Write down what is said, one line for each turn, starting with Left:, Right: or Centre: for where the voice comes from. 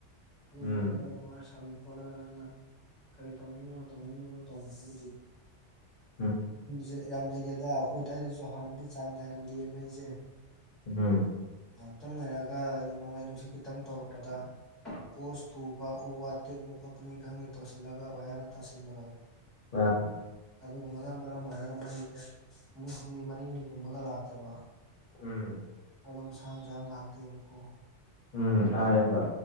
Centre: ꯑꯗꯨꯝꯕ
Left: ꯎꯝ
Centre: ꯑꯣꯔ ꯅꯨꯡꯉꯔ ꯁꯝꯃ ꯈꯣꯠꯂꯒ ꯅꯪꯅ ꯀꯔꯤ ꯇꯧꯅꯤꯡꯉꯤꯅꯣ ꯇꯧꯅꯤꯡꯉꯤꯕꯅꯣ ꯇꯧꯕꯁꯤꯕꯨꯗꯤ
Left: ꯎꯝ
Centre: ꯁꯦ ꯌꯥꯝ ꯂꯩꯔꯦꯗ ꯑꯩꯈꯣꯏꯗꯋꯥꯏꯗꯁꯨ ꯍꯥꯟꯅꯗꯤ ꯆꯥꯡ ꯅꯥꯏꯔꯝꯗꯌꯦ ꯃꯩꯖꯦ
Left: ꯎꯝ
Centre: ꯉꯥꯏꯍꯥꯛꯇꯪ ꯂꯩꯔꯒ ꯍꯥꯏꯗꯤ ꯅꯣꯡꯂꯩ ꯅꯨꯡꯁꯤꯠ ꯈꯤꯇꯪ ꯇꯧꯔꯛꯄꯗ ꯄꯣꯁ ꯇꯨꯕ ꯎ ꯋꯥ ꯇꯦꯛꯄ ꯈꯣꯠꯄꯅꯤ ꯈꯪꯗꯦ ꯇꯧꯁꯤꯜꯂꯒ ꯋꯥꯌꯥꯔꯅ ꯇꯥꯁꯤꯟꯕꯗꯣ
Left: ꯔꯥꯐꯟ
Centre: ꯑꯗꯨꯒꯨꯝꯕꯅ ꯃꯔꯝ ꯑꯣꯏꯔꯒ ꯃꯩꯁꯦ ꯅꯨꯃꯤꯠ ꯍꯨꯝꯅꯤ ꯃꯔꯤꯅꯤꯒꯨꯝꯕꯒ ꯂꯥꯛꯇꯕ
Left: ꯎꯝ
Centre: ꯑꯗꯨꯝ ꯁꯥꯡ ꯁꯥꯡ ꯂꯥꯛꯇꯦꯕꯀꯣ
Left: ꯎꯝ ꯏꯌꯥꯝꯕ